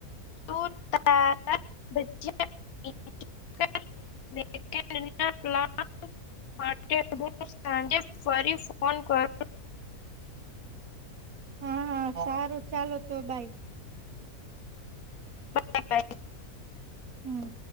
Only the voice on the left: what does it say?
<unintelligible>
<inaudible> માટે હું સાંજે ફરી ફોન કરું.
બાય Bye.